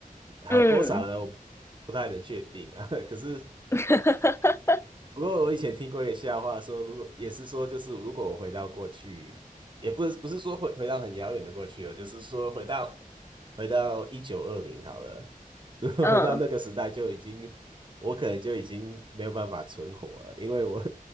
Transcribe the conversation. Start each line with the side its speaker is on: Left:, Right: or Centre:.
Right: 好多少呢？
Left: 嗯
Right: 我不太能确定啊，<laughs> 可是。
Left: <laughs>
Right: 不过我以前听过一个笑话说，如果也是说，就是如果我回到过去，也不是不是说回回到很遥远的过去哦，就是说回到回到一九二零好了，如果回到那个时代，
Left: 嗯，
Right: 就已经我可能就已经没有办法存活了，因为我